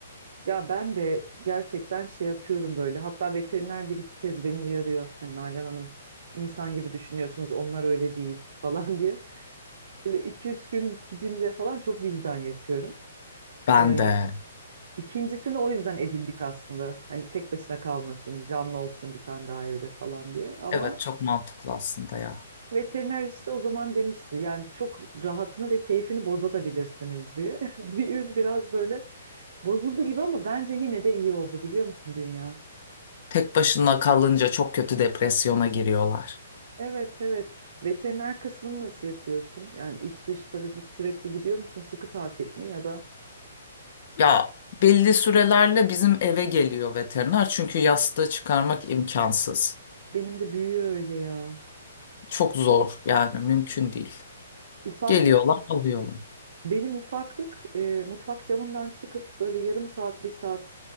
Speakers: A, on the right (about 55°); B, on the left (about 45°).
A: ya ben de gerçekten şey yapıyorum böyle. Hatta veteriner bir iki kez beni uyarıyor. Hani Nalan Hanım insan gibi düşünüyorsunuz onlar öyle değil <laughs> falan diye. Böyle iki üç gün gidince falan çok vicdan yapıyorum.
B: Ben
A: Ee,
B: de.
A: İkincisini o yüzden edindik aslında. Hani tek başına kalmasın, canlı olsun bir tane daha evde falan diye. Ama
B: Evet çok mantıklı aslında ya.
A: Veteriner işte o zaman demişti yani çok rahatını ve keyfini bozabilirsiniz diye. <laughs> Düğün biraz böyle bozuldu gibi ama bence yine de iyi oldu biliyor musun dünya?
B: Tek başına kalınca çok kötü depresyona giriyorlar.
A: Evet evet. Veteriner kısmını nasıl yapıyorsun? Yani iç dış parazit sürekli gidiyor musun? Sıkı takip mi ya da
B: Ya belli sürelerle bizim eve geliyor veteriner çünkü yastığı çıkarmak imkansız.
A: benim de büyüyor öyle ya.
B: Çok zor yani mümkün değil.
A: Ufaklık
B: Geliyorlar alıyorlar.
A: benim ufaklık e, mutfak camından çıkıp böyle yarım saat bir saat